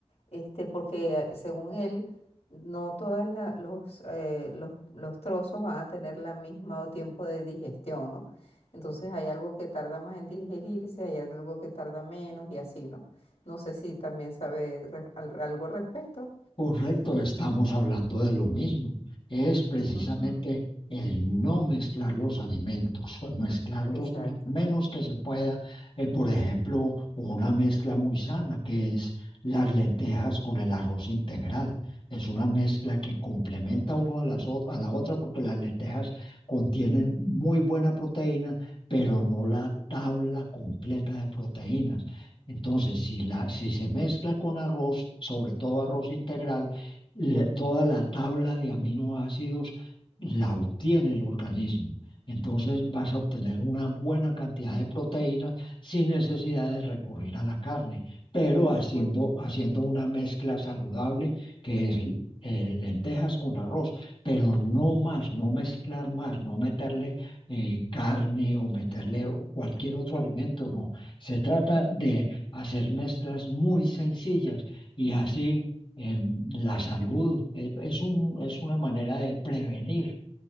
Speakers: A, on the left; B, on the left.
A: este, porque eh, según él, no todos los, eh, los, los trozos van a tener la misma tiempo de digestión, ¿no? Entonces hay algo que tarda más en digerirse, hay algo que tarda menos y así, ¿no? No sé si también sabe re- al- algo al respecto.
B: Correcto, estamos hablando de lo mismo. Es precisamente
A: Ujú,
B: el no mezclar los alimentos, o mezclarlos
A: Exacto.
B: lo menos que se pueda. Eh, por ejemplo, una mezcla muy sana que es las lentejas con el arroz integral. Es una mezcla que complementa uno a, las, ot- a la otra porque las lentejas contienen muy buena proteína, pero no la tabla completa de proteínas. Entonces, si, la, si se mezcla con arroz, sobre todo arroz integral, le- toda la tabla de aminoácidos la obtiene el organismo. Entonces vas a obtener una buena cantidad de proteínas sin necesidad de recurrir a la carne, pero
A: Mire,
B: haciendo,
A: un-
B: haciendo una mezcla saludable que es eh, lentejas con arroz, pero no más, no mezclar más, no meterle eh, carne o meterle cualquier otro alimento, no. Se trata de hacer mezclas muy sencillas y así em, la salud eh, es un, es una manera de prevenir,